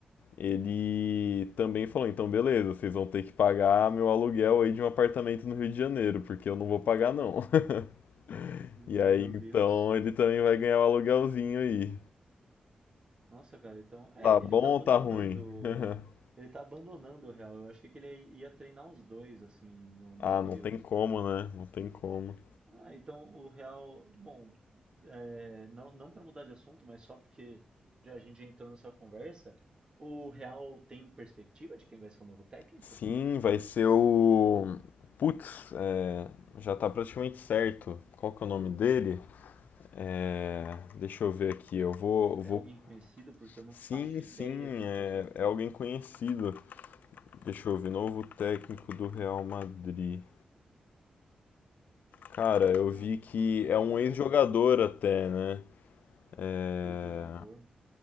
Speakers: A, on the left; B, on the right.
A: Ele também falou, então beleza, vocês vão ter que pagar meu aluguel aí de um apartamento no Rio de Janeiro, porque eu não vou pagar não. <laughs>
B: Meu
A: E aí,
B: Deus.
A: então, ele também vai ganhar o aluguelzinho aí.
B: Nossa, cara, então, é,
A: Tá bom
B: ele tá
A: ou
B: abandonando,
A: tá ruim? <laughs>
B: ele tá abandonando o real. Eu achei que ele ia treinar os dois assim no- nos
A: Ah,
B: períodos.
A: não tem como, né? Não tem como.
B: Ah, então o real, bom, é, não, não para mudar de assunto, mas só porque já a gente entrou nessa conversa, o Real tem perspectiva de quem vai ser o novo técnico?
A: Sim, vai ser o. Putz, é, já tá praticamente certo. Qual que é o nome dele? É, deixa eu ver aqui. Eu vou,
B: Cara,
A: eu vou
B: É alguém conhecido porque eu não
A: Sim,
B: faço
A: sim,
B: ideia quem
A: é,
B: possa ser.
A: é alguém conhecido. Deixa eu ver, novo técnico do Real Madrid. Cara, eu
B: Ah,
A: vi que é
B: quem
A: um
B: é
A: ex-jogador
B: o
A: até, né? É,
B: ex-jogador?